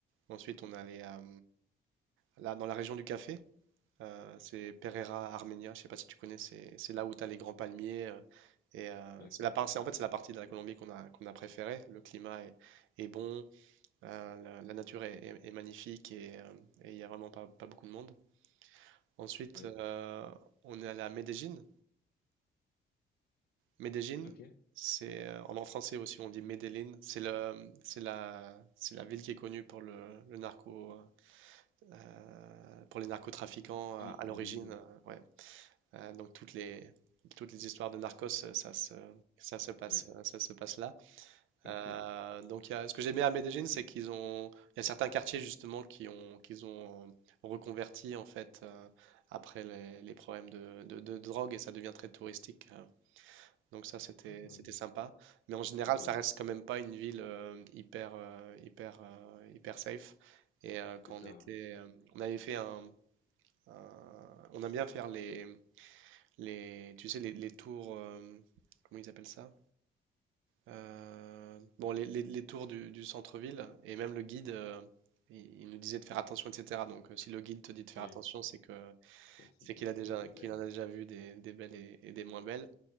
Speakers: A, on the right (about 85°); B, on the left (about 55°).
A: ensuite on allait à, là dans la région du café. Euh, c'est Pereira Armenia, je sais pas si tu connais, c'est c'est là où tu as les grands palmiers. euh, et euh,
B: D'accord.
A: c'est la par- c'est- en fait, c'est la partie de la Colombie qu'on a, qu'on a préférée. Le climat est, est bon, euh, la, la nature est, est- est magnifique et euh, et il n'y a vraiment pas, pas beaucoup de monde. Ensuite,
B: Oui.
A: euh, on est allé à Medellín. Medellín,
B: Ok.
A: c'est euh, en en français aussi, on dit Medellín. C'est le, c'est la, c'est la ville qui est connue pour le, le narco, euh, pour les narcotrafiquants à,
B: Oui,
A: à l'origine.
B: mais des villes, oui.
A: euh, ouais. Euh, donc toutes les, toutes les histoires de Narcos, euh, ça se, ça se passe,
B: Oui.
A: euh, ça se passe là.
B: Ok.
A: Euh, donc, il y a- ce que j'aimais à Medellín, c'est qu'ils ont, il y a certains quartiers justement qui ont, qu'ils ont reconverti en fait euh, après les, les problèmes de, de- de drogue et ça devient très touristique. euh. donc ça, c'était,
B: Ah.
A: c'était sympa. Mais en général,
B: Ok,
A: ça
B: oui.
A: reste quand même pas une ville euh, hyper, euh, hyper, euh, hyper safe. Et euh, quand
B: C'est ça,
A: on était,
B: ouais.
A: euh, on avait fait un, un- on aime bien faire les les, tu sais, les, les tours, euh, comment ils appellent ça? Euh, bon, les, les- les tours du, du centre-ville, et même le guide, euh, il, il nous disait de faire attention, etc. Donc, euh, si le guide te dit de faire
B: Oui.
A: attention, c'est que
B: C'est pas, c'est
A: c'est
B: pas,
A: qu'il
B: c'est
A: a déjà,
B: pas des blagues.
A: qu'il en a déjà vu des, des belles et, et des moins belles.